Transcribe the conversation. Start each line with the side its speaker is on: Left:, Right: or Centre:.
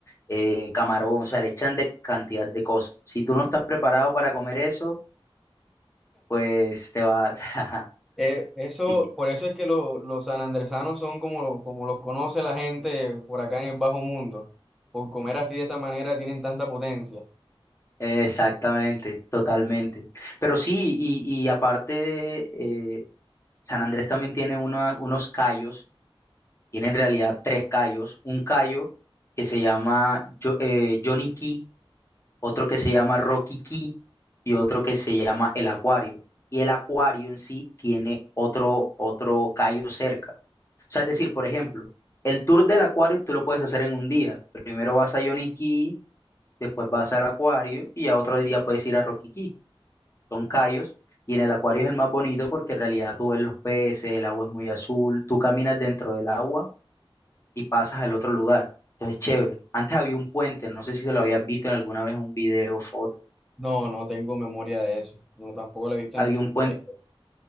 Left: eh, camarón. O sea, le echan de cantidad de cosas. Si tú no estás preparado para comer eso, pues te va. ajá,
Centre: Eh,
Left: <laughs>
Centre: eso,
Left: Sí,
Centre: por eso es que lo- los sanandresanos son como, lo- como los conoce la gente por acá en el bajo mundo. Por comer así de esa manera tienen tanta potencia.
Left: exactamente, totalmente. Pero sí, y, y aparte, eh, San Andrés también tiene una- unos callos. Tiene en realidad tres callos. Un callo que se llama Jo- eh, Johnny Key otro que se llama Roquiquí y otro que se llama El Acuario. Y el acuario en sí tiene otro, otro callo cerca. O sea, es decir, por ejemplo, el tour del acuario tú lo puedes hacer en un día. Primero vas a Yoniquí, después vas al acuario y a otro día puedes ir a Roquiquí. Son callos. Y en el acuario es el más bonito porque en realidad tú ves los peces, el agua es muy azul, tú caminas dentro del agua y pasas al otro lugar. Entonces, chévere. Antes había un puente, no sé si se lo habías visto en alguna vez en un video, foto.
Centre: No, no tengo memoria de eso. No, tampoco lo he visto
Left: Había
Centre: en redes
Left: un puente,
Centre: sociales.